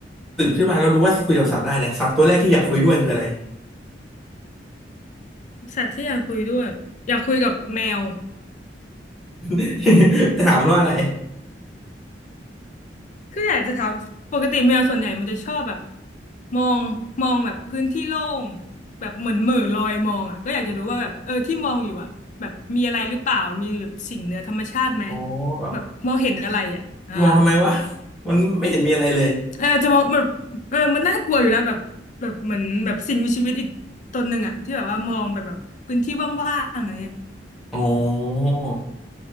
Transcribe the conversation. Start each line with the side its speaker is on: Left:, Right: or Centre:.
Centre: ตื่นขึ้นมาแล้วรู้ว่าคุยกับสัตว์ได้นะสัตว์ตัวแรกที่อยากคุยด้วยคืออะไร
Left: สัตว์ที่อยากคุยด้วยอยากคุยกับแมว
Centre: <laughs> จะถามมันว่าอะไร
Left: คืออยากจะถามปกติแมวส่วนใหญ่มันจะชอบแบบมองมองแบบพื้นที่โล่งแบบเหมือนเหม่อลอยมองอ่ะก็อยากจะรู้ว่าแบบเออที่มองอยู่อ่ะแบบมีอะไรหรือเปล่ามีแบบสิ่งเหนือธรรมชาติไหม
Centre: อ๋อแบบ
Left: แบบมองเห็นอะไรอ่ะอ่า
Centre: จะมองทำไมวะมันไม่เห็นมีอะไรเลย
Left: เออจะมองแบบเออมันน่ากลัวอยู่นะแบบแบบเหมือนแบบสิ่งมีชีวิตอีกตนหนึ่งอ่ะที่แบบว่ามองไปแบบพื้นที่ว่างๆอะไรเงี้ย
Centre: อ๋อ